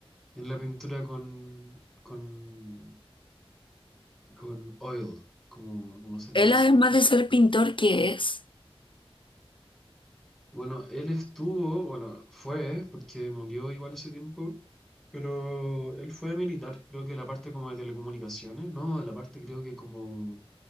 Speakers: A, in the centre; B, on the left.
A: en la pintura con, con, con oil, como, como se le
B: Él
A: dice.
B: además de ser pintor, ¿qué es?
A: Bueno, él estuvo, bueno, fue, porque murió igual hace tiempo, pero él fue militar, creo que de la parte como de telecomunicaciones, ¿no? de La parte creo que como